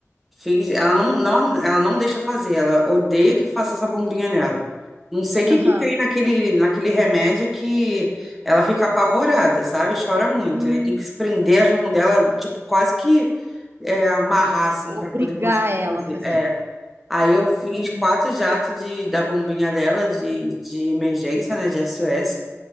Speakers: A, in the centre; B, on the right (about 45°).
A: Fiz, ela não, não, ela não deixa fazer, ela odeia que faça essa bombinha nela. Não sei o que
B: aham.
A: que tem naquele, naquele remédio que ela fica apavorada, sabe? Chora muito.
B: Hum,
A: Aí tem que prender
B: hum.
A: as mãos dela, tipo, quase que é, amarrar,
B: O-
A: assim,
B: Obrigar
A: para poder conseguir
B: ela
A: fazer.
B: a fazer.
A: É. Aí eu fiz
B: Uhum.
A: quatro jatos de, da bombinha dela, de, de emergência, né, de s o s